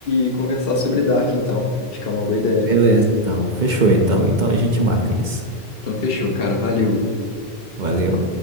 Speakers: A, on the left; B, on the right.
A: e conversar sobre Dark, então. Acho que é uma boa ideia.
B: Beleza, então. Fechou, então. Então a gente marca isso.
A: Então, fechou, cara. Valeu.
B: Valeu.